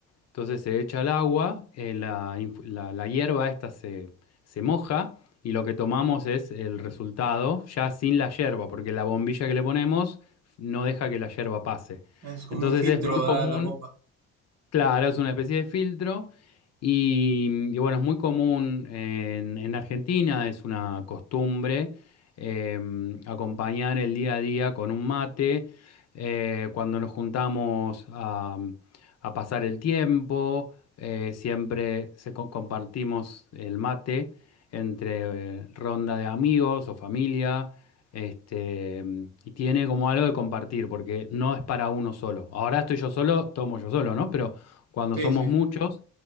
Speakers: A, on the left (about 50°); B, on the right (about 55°).
A: entonces se echa el agua, eh, la, infu- la- la hierba esta se, se moja y lo que tomamos es el resultado ya sin la yerba, porque la bombilla que le ponemos no deja que la yerba pase.
B: Es como
A: Entonces
B: un filtro,
A: es muy
B: ¿verdad?
A: común
B: La bomba.
A: Claro, es una especie de filtro y, y bueno, es muy común en, en Argentina, es una costumbre eh, acompañar el día a día con un mate eh, cuando nos juntamos a, a pasar el tiempo, eh, siempre se co- compartimos el mate entre eh, ronda de amigos o familia este, y tiene como algo de compartir, porque no es para uno solo. Ahora estoy yo solo, tomo yo solo, ¿no? Pero cuando
B: Sí,
A: somos
B: sí.
A: muchos,